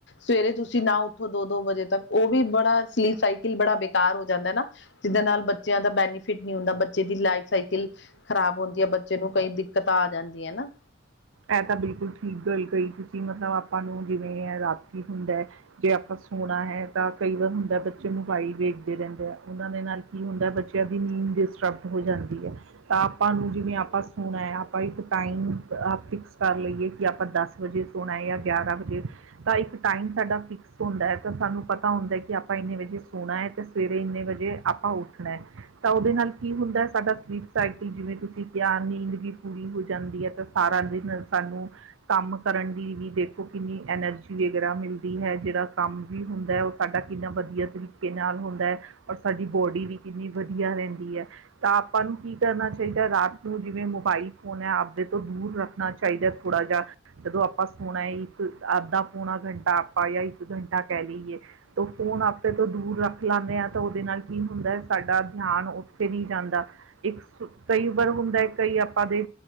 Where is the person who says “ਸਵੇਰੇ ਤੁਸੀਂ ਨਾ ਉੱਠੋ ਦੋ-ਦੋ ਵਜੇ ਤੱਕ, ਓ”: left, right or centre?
Left